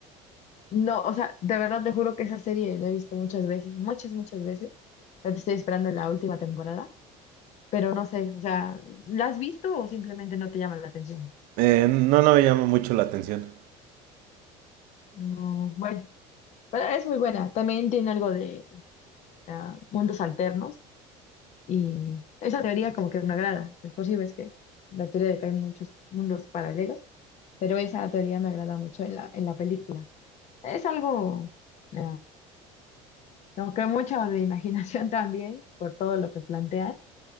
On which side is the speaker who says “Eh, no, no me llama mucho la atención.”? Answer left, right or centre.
Right